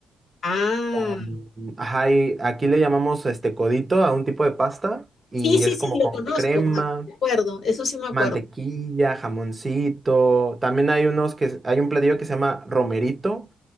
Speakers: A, on the left; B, on the right.
A: Ah.
B: con- Ajá, y aquí le llamamos este codito a un tipo de pasta y
A: Sí, sí,
B: es
A: sí,
B: como
A: lo
B: con
A: conozco,
B: crema,
A: ah, me acuerdo, eso sí me acuerdo.
B: mantequilla, jamoncito. También hay unos que hay un platillo que se llama romerito,